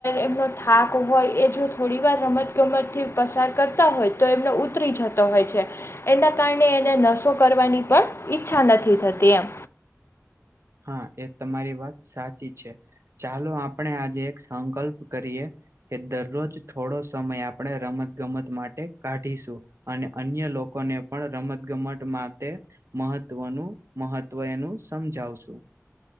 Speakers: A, on the left; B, on the right.
A: એમનો થાક હોય એ જો થોડી વાર રમતગમતથી પસાર કરતા હોય તો એમને ઉતરી જતો હોય છે એના કારણે એને નસો કરવાની પણ ઈચ્છા નથી થતી એમ
B: હા એ તમારી વાત સાચી છે ચાલો આપણે આજે એક સંકલ્પ કરીએ એ દરરોજ થોડો સમય આપણે રમત ગમત માટે કાઢીશું અને અન્ય લોકોને પણ રમત ગમત માટે મહત્વનું મહત્વ એનું સમજાવશું